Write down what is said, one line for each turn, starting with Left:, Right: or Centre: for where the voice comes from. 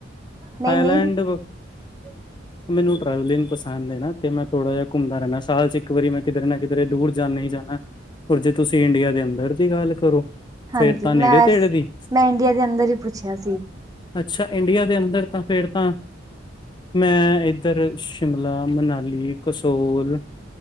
Right: ਨਹੀਂ-
Left: ਥਾਈਲੈਂਡ
Right: ਨਹੀਂ <inaudible>
Left: ਮੈਨੂੰ ਟਰੈਵਲਿੰਗ ਪਸੰਦ ਹੈ ਨਾ, ਤੇ ਮੈਂ ਥੋੜਾ ਜਿਹਾ ਘੁੰਮਦਾ ਰਹਿੰਨਾ ਸਾਲ 'ਚ ਇੱਕ ਵਾਰੀ ਮੈਂ, ਕਿਧਰੇ ਨਾ ਕਿਧਰੇ ਦੂਰ ਜਾਨਾ ਈ ਜਾਣਾ। ਪਰ ਜੇ ਤੁਸੀਂ ਇੰਡੀਆ ਦੇ ਅੰਦਰ ਦੀ ਗੱਲ ਕਰੋ
Right: ਹਾਂਜੀ
Left: ਫੇਰ ਤਾਂ
Right: ਮੈਂ
Left: ਨੇੜੇ
Right: ਵੈਸ
Left: ਤੇੜੇ ਦੀ
Right: ਮੈਂ ਇੰਡੀਆ ਦੇ ਅੰਦਰ ਹੀ ਪੁੱਛਿਆ ਸੀ
Left: ਅੱਛਾ ਇੰਡੀਆ ਦੇ ਅੰਦਰ ਤਾਂ ਫੇਰ ਤਾਂ ਮੈਂ ਉੱਧਰ ਸ਼ਿਮਲਾ ਮਨਾਲੀ ਕਸੋਲ